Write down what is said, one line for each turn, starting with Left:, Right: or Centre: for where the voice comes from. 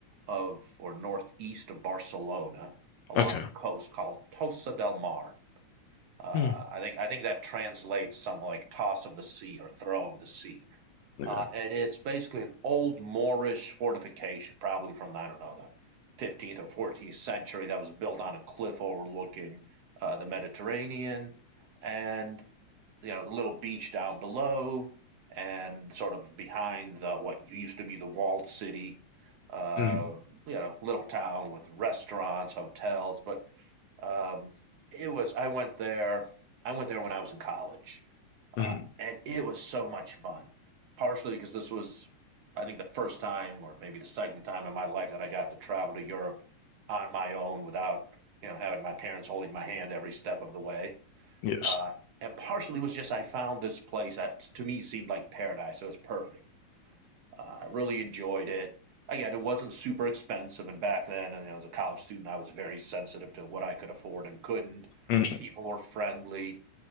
Right: of or northeast of Barcelona along
Left: Okay.
Right: the coast called Tossa del Mar. Uh,
Left: Mm,
Right: I think I think that translates something like toss of the sea or throw of the sea.
Left: yeah.
Right: Uh, and it's basically an old Moorish fortification, probably from, I don't know, the 15th or 14th century, that was built on a cliff overlooking uh, the Mediterranean. And, you know, the little beach down below and sort of behind the, what used to be the walled city. Uh,
Left: Mm,
Right: you know, little town with restaurants, hotels, but um, it was. I went there. I went there when I was in college,
Left: mm,
Right: uh, and it was so much fun. Partially because this was, I think, the first time or maybe the second time in my life that I got to travel to Europe on my own without you know having my parents holding my hand every step of the way.
Left: yes.
Right: Uh, and partially was just I found this place that to me seemed like paradise. So it was perfect. Uh, I really enjoyed it. Again, it wasn't super expensive, and back then, you know, as a college student, I was very sensitive to what I could afford and couldn't.
Left: Mm,
Right: People were friendly.